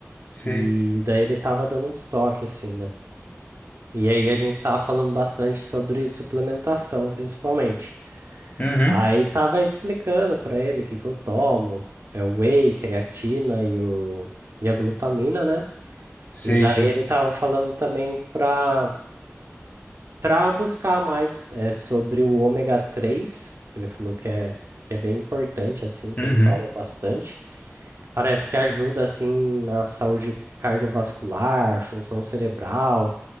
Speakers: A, on the left; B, on the right.
A: Sei.
B: E daí ele tava dando uns toques, assim, né? E aí a gente tava falando bastante sobre suplementação, principalmente.
A: Uhum.
B: Aí tava explicando pra ele o que que eu tomo, é o whey, creatina e, o, e a glutamina, né?
A: Sei,
B: E daí
A: sei.
B: ele tava falando também pra, pra buscar mais é, sobre o ômega três que ele falou que é, que é bem importante, assim, que
A: Uhum.
B: ele toma bastante. Parece que ajuda, assim, na saúde cardiovascular, função cerebral